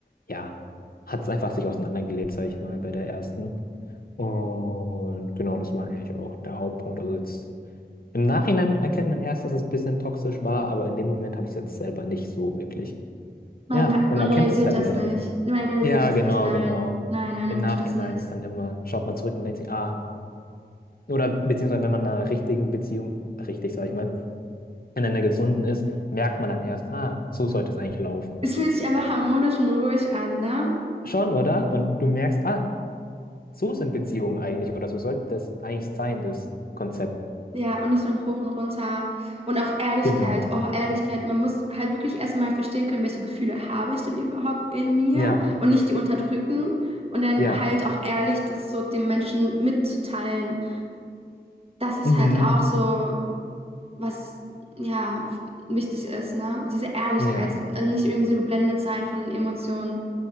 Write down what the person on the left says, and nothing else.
ja, hat es einfach sich auseinandergelebt, sag ich mal, bei der ersten. Und genau, das war eigentlich auch der Hauptpunkt. Also jetzt im Nachhinein erkennt man erst, dass es ein bisschen toxisch war, aber in dem Moment habe ich es jetzt selber nicht so wirklich.
Ja, man
erkennt
es halt
leider
nicht.
Ja,
genau,
genau.
Im
Nachhinein
ist dann immer, schaut man zurück und denkt sich, ah, oder beziehungsweise wenn man in einer richtigen Beziehung, richtig, sag ich mal, in einer gesunden ist, merkt man dann erst, ah, so sollte es eigentlich laufen.
Schon, oder? Und du merkst, ah, so sind Beziehungen eigentlich oder so sollte das eigentlich sein, das Konzept.
Genau.
Ja,
ja.
Mhm.
Ja.